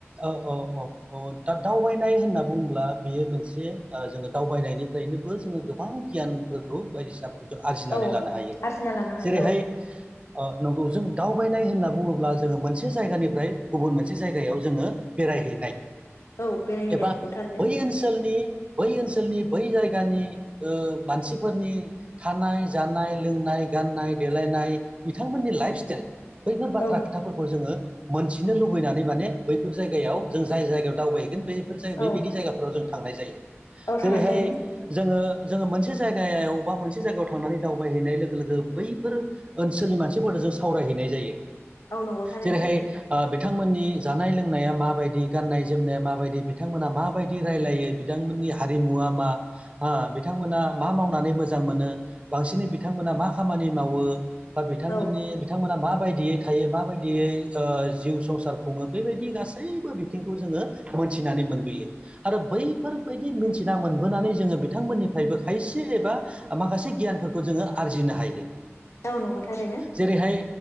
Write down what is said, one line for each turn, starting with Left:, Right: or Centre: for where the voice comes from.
Right: औ औ औ औ दा दावबायनाय होनना बुङोब्ला बियो मोनसे जोङो दावबायनायनि नोबो जोङो गोबां गियानफोरखौ बायदिसिनाफोरखौ आरजिनानै
Left: औ
Right: लानो हायो
Left: आरजिना लानो हायो
Right: जेरैहाय
Left: औ
Right: ओ नंगौ जों दावबायनाय होनना बुङोब्ला जोङो मोनसे जायगानिफ्राय गुबुन मोनसे जायगायाव जोङो बेरायहैनाय
Left: <inaudible> बेरायहैनाय
Right: एबा
Left: नंगौ थारैनो
Right: बै ओनसोलनि बै ओनसोलनि बै जायगानि ओ मानसिफोरनि थानाय जानाय लोंनाय गाननाय देलायनाय बिथांमोननि लाइफ स्टाइल बैफोर बाथ्रा
Left: औ
Right: खोथाफोरखौ जोङो मोनथिनो लुबैनानै माने बैफोर जायगायाव जों जाय जायगायाव दावबायहैगोन बे बेफोर ज बेबायदि
Left: औ
Right: जायगाफोराव जों थांनाय जायो
Left: औ थांनाय
Right: जेरैहाय
Left: जायो
Right: जोङो जोङो मोनसे जायगायाव बा मोनसे जायगायाव थांनानै दावबायहैनाय लोगो लोगो बैफोर ओनसोलनि मानसिफोरनो जों सावरायहैनाय जायो
Left: औ नंगौ थारैनो
Right: जेरैहाय ओ बिथांमोननि जानाय लोंनाया माबायदि गाननाय जोमनाया माबायदि बिथांमोना माबायदि रायलायो बिथांमोननि हारिमुवा मा ह बिथांमोना मा मावनानै मोजां मोनो बांसिनै बिथांमोना मा खामानि मावो बा बिथांमोननि
Left: औ
Right: बिथांमोना माबायदियै थायो माबायदियै जिउ संसार खुङो बेबायदि गासैबो बिथिंखौ जोङो मोनथिनानै मोनबोयो आरो बैफोरबायदि मोनथिना मोनबोनानै जोङो बिथांमोननिफ्रायबो खायसे एबा माखासे गियानफोरखौ जोङो आरजिनो हायो
Left: औ नंगौ थारैनो
Right: जेरैहाय